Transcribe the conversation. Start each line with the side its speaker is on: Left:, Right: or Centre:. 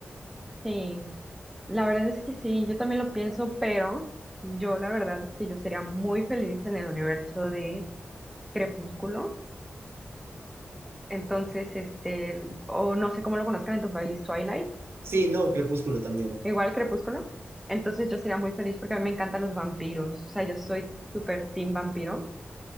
Centre: Sí. La verdad es que sí, yo también lo pienso, pero yo la verdad es que yo sería muy feliz en el universo de Crepúsculo. Entonces, este, el- o no sé cómo lo conozcan en tu país, Twilight,
Right: Sí, no, Crepúsculo también.
Centre: igual Crepúsculo. Entonces yo sería muy feliz porque a mí me encantan los vampiros. O sea, yo soy súper team vampiro